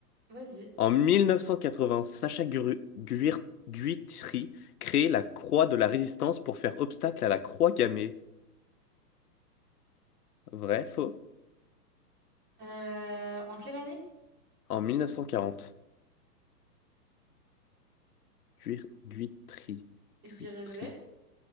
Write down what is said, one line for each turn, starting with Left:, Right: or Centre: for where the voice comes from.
Right: Vas-y.
Left: En 1980, Sacha Gru- Guir- Guitry crée la Croix de la Résistance pour faire obstacle à la Croix gammée. Vrai, faux?
Right: Euh, en quelle année?
Left: En 1940. Guir- Guitry.
Right: Je dirais
Left: Guitry.
Right: vrai.